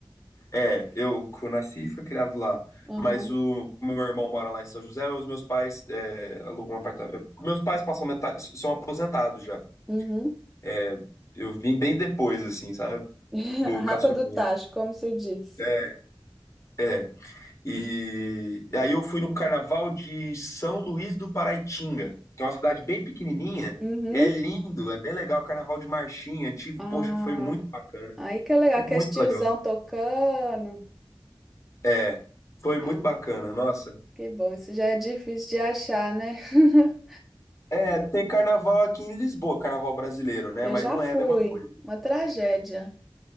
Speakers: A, on the left; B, in the centre.
A: É, eu que nasci e fui criado lá.
B: Uhum,
A: Mas o, como meu irmão mora lá em São José, os meus pais é, alugam um apartamento. Meus pais passam metade, são aposentados já.
B: uhum.
A: é, Eu vim bem depois, assim, sabe?
B: <laughs>
A: Do
B: A Rapa
A: caçulinha.
B: do Tacho, como se diz.
A: É, é. E, e aí eu fui no carnaval de São Luís do Paraitinga, que é uma cidade bem pequenininha.
B: Uhum.
A: E é lindo, é bem legal. Carnaval de Marchinha, antigo.
B: Ah,
A: Poxa, foi muito bacana.
B: aí que é legal,
A: Foi Muito
B: que é esse tiozão
A: legal.
B: tocando.
A: É, foi muito
B: Ah,
A: bacana. Nossa,
B: que bom, isso já é difícil de achar, né? <laughs>
A: É, tem carnaval aqui em Lisboa, carnaval brasileiro, né?
B: Eu
A: Mas
B: já
A: não
B: fui,
A: é a mesma coisa.
B: uma tragédia.